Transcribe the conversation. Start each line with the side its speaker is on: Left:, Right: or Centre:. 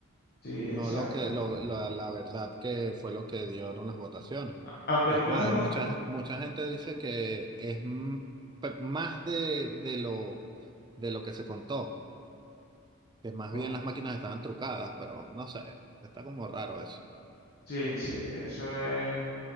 Left: sí,
Right: no
Left: exacto.
Right: lo que lo- la, la verdad que fue lo que dieron las votaciones.
Left: Aunque
Right: Es
Left: tú me
Right: más,
Left: estás con...
Right: mucha, mucha gente dice que es m- pe- más de, de lo, de lo que se contó, que más
Left: o-
Right: bien las máquinas estaban trucadas, pero no sé, está como raro eso.
Left: Sí, sí, eso es...